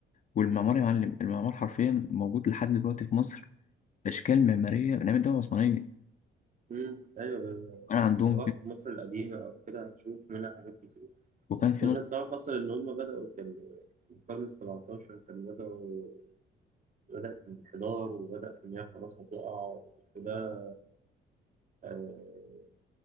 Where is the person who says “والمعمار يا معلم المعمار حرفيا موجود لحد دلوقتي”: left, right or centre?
Left